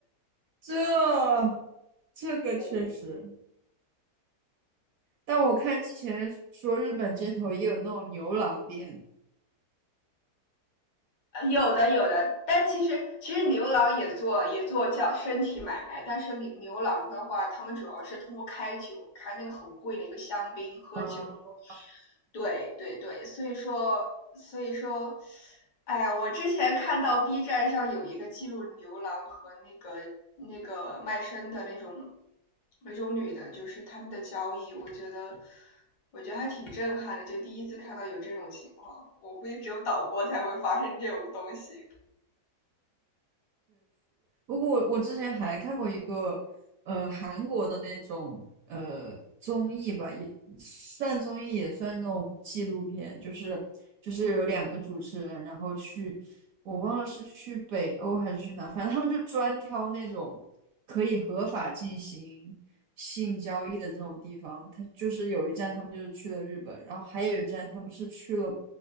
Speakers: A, on the right (about 70°); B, on the left (about 70°).
A: 这这个确实，
B: 对对，
A: 但我看之前说日本街头也有那种牛郎店，
B: 呃有的有的，但其实其实牛郎也做也做叫身体买卖，但是牛牛郎的话，他们主要是通过开酒，开那个很贵的一个香槟，喝酒，
A: 啊，
B: 对对对，所以说，所以说，哎，我之前看到 B 站上有一个记录牛郎和那个那个卖身的那种那种女的，就是他们的交易，我觉得我觉得还挺震撼的，就第一次看到有这种情况，我估计只有岛国才会发生这种东西
A: 不过我我之前还看过一个，呃，韩国的那种呃综艺吧，也算综艺，也算那种纪录片，就是就是有两个主持人，然后去，我忘了是去北欧还是去哪，反正他们就专挑那种可以合法进行性交易的这种地方。他就是有一站他们就是去了日本，然后还有一站他们是去了